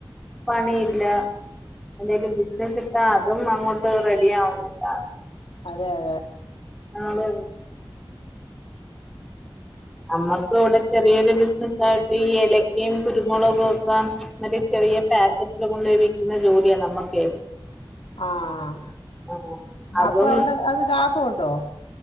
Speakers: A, in the centre; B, on the left.
A: പണിയില്ലാ എന്തേലും ബിസ്നസിട്ടാ അതും അങ്ങോട്ട് റെഡിയാവുന്നില്ലാ
B: അതെ അതെ
A: ആഹ് അതെ അതെ അമ്മക്ക് ഇവിടെ ചെറിയൊരു ബിസ്നസ്സായിട്ട് ഈ ഏലക്കയും കുരുമൊളകൊക്കെ മറ്റേ ചെറിയ പാക്കറ്റ്ല് കൊണ്ടോയി വിക്കുന്ന ജോലിയാ നമ്മക്കേ
B: ആഹ്
A: ആഹ് അതും
B: അപ്പൊ അവിടെ അത് ലാഭോണ്ടോ